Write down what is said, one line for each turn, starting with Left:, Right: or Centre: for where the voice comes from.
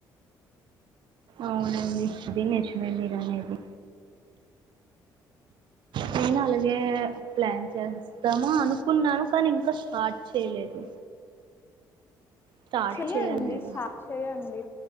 Right: అవునండి అదీ నేర్చుమే అండి మీరనేది నేను అల్గే ప్లాన్ చేస్తామ అనుక్ కున్నాను కానీ ఇంకా స్టార్ట్ చేయలేదు. స్టార్ట్
Left: చెయ్యండి
Right: చేయాలి మేడం
Left: సార్ట్ చెయ్యండి